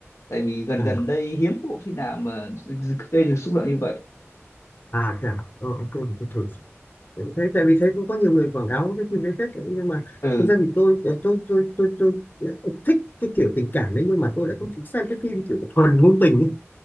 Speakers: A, on the left (about 65°); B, on the left (about 40°).
A: tại vì gần
B: à
A: gần đây hiếm có bộ phim nào mà gây được xúc động như vậy
B: à thế à Ờ, ok mình thử thế tại vì thấy cũng có nhiều người quảng cáo cái phim đấy phết đấy. nhưng mà
A: ừ
B: thực ra thì tôi tôi tôi tôi tôi thích cái kiểu tình cảm đấy nhưng mà tôi lại không thích xem cái phim kiểu thuần ngôn tình ấy.